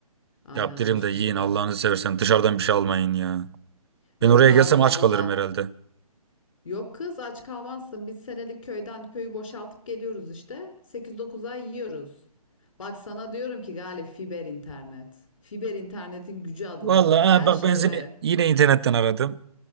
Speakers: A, on the left; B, on the right.
A: Aynen
B: Yaptırayım
A: o iş
B: da yiyin
A: bizde.
B: Allah'ınızı seversen dışarıdan bir şey almayın ya.
A: Yok
B: Ben oraya
A: abi
B: gelsem
A: valla.
B: aç kalırım herhalde.
A: Yok kız aç kalmazsın. Biz senelik köyden köyü boşaltıp geliyoruz işte. Sekiz dokuz ay yiyoruz. Bak sana diyorum ki Galip fiber internet. Fiber internetin gücü adına.
B: Vallahi
A: Gel
B: ha, bak
A: şehre.
B: ben seni yine internetten aradım.